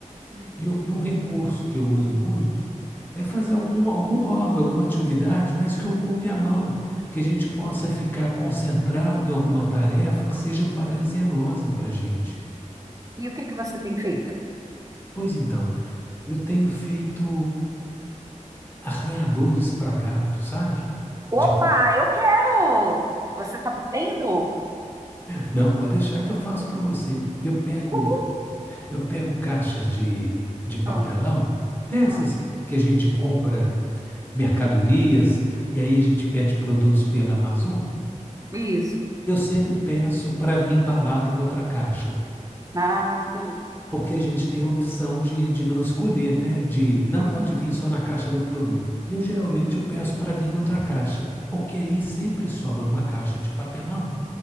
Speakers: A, on the right; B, on the left.
A: Hum,
B: E, um e um recurso que eu uso muito é fazer algum, algum hobby, alguma atividade, mas que ocupe a mão, que a gente possa
A: hum.
B: ficar concentrado em alguma tarefa que seja prazerosa para a gente.
A: E o que que você tem feito?
B: Pois então, eu tenho feito. arranhadores para gato, sabe?
A: Opa,
B: De pa-
A: eu quero! Você tá vendo?
B: não, pode deixar que eu faço para você. Eu pego,
A: Uhum.
B: eu pego caixas de, de papelão,
A: Ah,
B: dessas
A: ah,
B: que a gente compra mercadorias e aí a gente pede produtos pela Amazon.
A: isso.
B: Eu sempre peço para vir embalado em outra caixa,
A: Ah, que beleza.
B: porque a gente tem a opção de, de não escolher, né? De não
A: Uhum,
B: pode vir só na caixa do produto. Eu geralmente eu peço para vir em outra caixa, porque aí sempre sobra uma caixa de papelão